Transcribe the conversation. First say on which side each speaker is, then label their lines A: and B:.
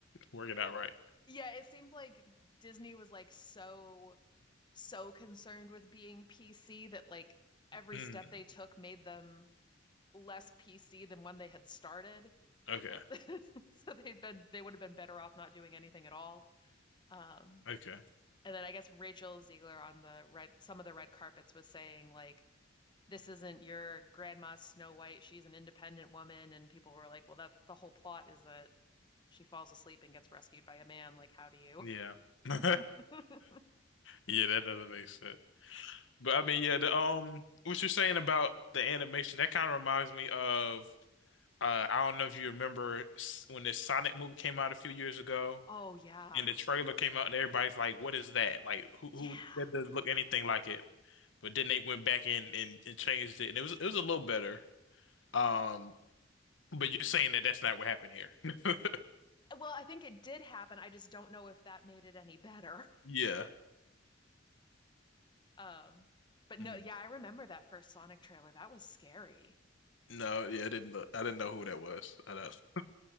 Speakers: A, on the left; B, on the left.
A: working out right.
B: Yeah, it seemed like Disney was like so so concerned with being PC that like every
A: Mm.
B: step they took made them less PC than when they had started.
A: Okay.
B: <laughs> So they'd been they would have been better off not doing anything at all. Um
A: <laughs> Okay.
B: and then I guess Rachel Ziegler on the red some of the red carpets was saying like this isn't your grandma Snow White, she's an independent woman and people were like, well that the whole plot is that she falls asleep and gets rescued by a man. Like, how do you?
A: Yeah. <laughs>
B: <laughs>
A: Yeah, that doesn't make sense. But I mean, yeah, the um, what you're saying about the animation, that kind of reminds me of uh, I don't know if you remember s- when this Sonic movie came out a few years ago,
B: oh, yeah.
A: and the trailer came out, and everybody's like, "What is that? Like, who
B: Yeah.
A: who that doesn't look anything like it." But then they went back in and, and changed it, and it was it was a little better. Um, but you're saying that that's not what happened here. <laughs>
B: Well, I think it did happen. I just don't know if that made it any better. <laughs>
A: Yeah.
B: Um, but
A: Mm.
B: no, yeah, I remember that first Sonic trailer. That was scary.
A: No, yeah, I didn't look. I didn't know who that was. I don't.